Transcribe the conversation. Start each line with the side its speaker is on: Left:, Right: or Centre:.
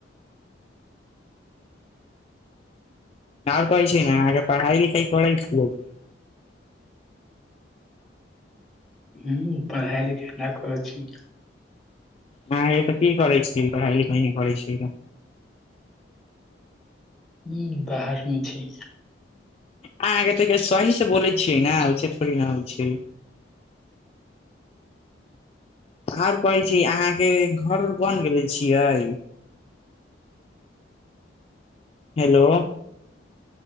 Left: ओर कहै छी ने अहाँ के पढ़ाई लिखाइ करै छीये
Centre: हू पढ़ाइ लिखाइ ना करै छी
Left: अहाँ ऐते की करै छी पढ़ाई लिखाई नइ करै छी तऽ
Centre: हूँ बाहर मे छी
Left: अहाँके त सही से बोले छियै ने ओस थोड़ी न होइ छै ओर कहै छै अहाँके घर ओर बन गेले छियै हेलो